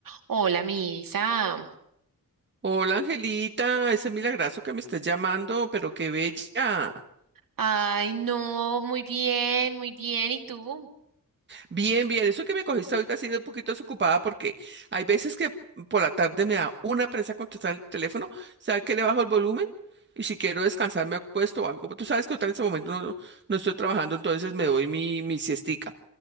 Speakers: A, on the right; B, on the right.
A: Hola, Misa.
B: Hola Angelita, ese milagrazo que me estás llamando, pero qué bella.
A: Ay, no, muy bien, muy bien. ¿Y tú?
B: Bien, bien, eso que me cogiste ahorita ha sido un poquito desocupada porque hay veces que por la tarde me da una presa contestar el teléfono, ¿sabes que le bajo el volumen? Y si quiero descansar me acuesto o algo. Tú sabes que ahorita en ese momento no, no estoy trabajando, entonces me doy mi, mi siestica.